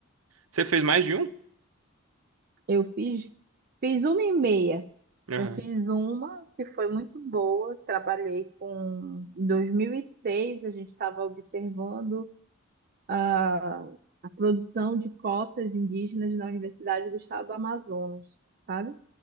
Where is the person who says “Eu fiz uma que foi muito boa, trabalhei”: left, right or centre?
Right